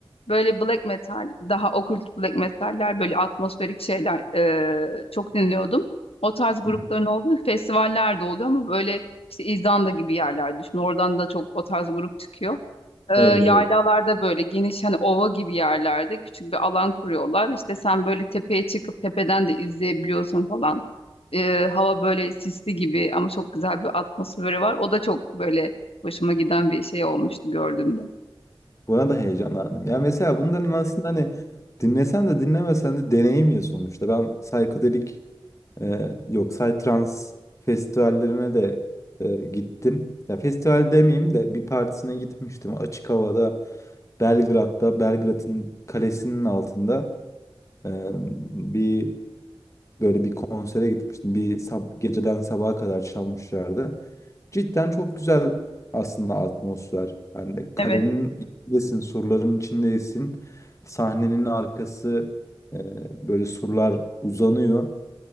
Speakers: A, on the left (about 75°); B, on the left (about 30°).
A: Böyle black metal, daha okült black metaller, böyle atmosferik şeyler e, çok dinliyordum. O tarz grupların
B: <laughs> Hı hı.
A: olduğu festivaller de oluyor ama böyle işte İzlanda gibi yerler düşün. Oradan da çok o tarz grup çıkıyor e,
B: Evet
A: yaylalarda
B: evet.
A: böyle geniş hani ova gibi yerlerde küçük bir alan kuruyorlar. İşte sen böyle tepeye çıkıp tepeden de izleyebiliyorsun falan. E, hava böyle sisli gibi ama çok güzel bir atmosferi var. O da çok böyle hoşuma giden bir şey olmuştu gördüğümde.
B: Buna da heyecanlandım. Ya mesela bunların aslında hani dinlesen de dinlemesen de deneyim ya sonuçta. Ben psikodelik Ee, yok Psytrance festivallerine de e, gittim. Ya festival demeyeyim de bir partisine gitmiştim. Açık havada Belgrad'da Belgrad'ın kalesinin altında e, bir böyle bir konsere gitmiştim. Bir sab geceden sabaha kadar çalmışlardı. Cidden çok güzel aslında atmosfer. Yani kalenin
A: Evet.
B: içindesin, surların içindesin. Sahnenin arkası e, böyle surlar uzanıyor.